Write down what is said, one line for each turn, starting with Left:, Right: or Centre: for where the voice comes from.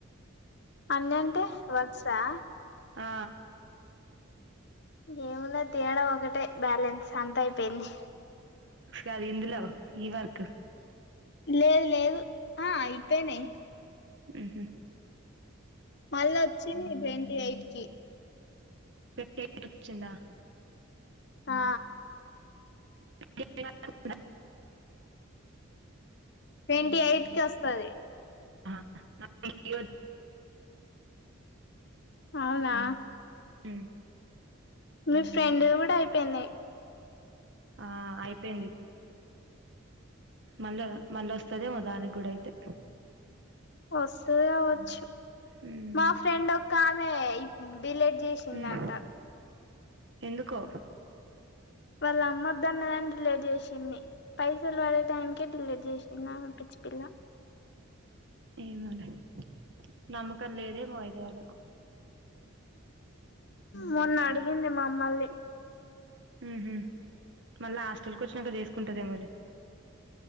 Left: అన్నంటే వర్క్సా
Right: ఆ
Left: ఏమున్నా తినడం ఒకటే బ్యాలెన్స్ అంతా అయిపెయింది
Right: గాదు ఇందులో ఈ వర్కు
Left: లేదు లేదు ఆ అయిపెయినై
Right: ఉహు
Left: మళ్ళా వచ్చింది ట్వంటీ ఎయిట్ కి
Right: పెట్టైయొచ్చిందా
Left: ఆ
Right: <unintelligible>
Left: ట్వెంటీ ఎయిట్ కి వస్తది
Right: <inaudible>
Left: అవునా
Right: హ్మ్.
Left: మీ ఫ్రెండ్ ది గుడ అయిపెంది
Right: ఆ అయి పెంది మళ్ళ మళ్ళ వస్త వత్తదేమొ దానికి గూడ అయితే
Left: వస్తది గావొచ్చు
Right: హ్మ్.
Left: మా ఫ్రెండ్ ఒక్క ఆమె ఉ డిలీట్ చేసిందంట
Right: హ్మ్. ఎందుకో
Left: వాళ్ళ ఆముొద్దన్నదని డిలీట్ చేసింది పైసలు వాడే టైంకే డిలీ చేసిందా ఆమె పిచ్చి పిల్ల
Right: ఏ మోనే నమ్మకం లేదే మాో ఆయితే వాళ్ళకు
Left: మొన్న అడిగింది మమ్మల్ నీ
Right: ఉహు మళ్ళా హాస్టల్ కు వచ్చినాక చేసుకుంటది ఏమోలే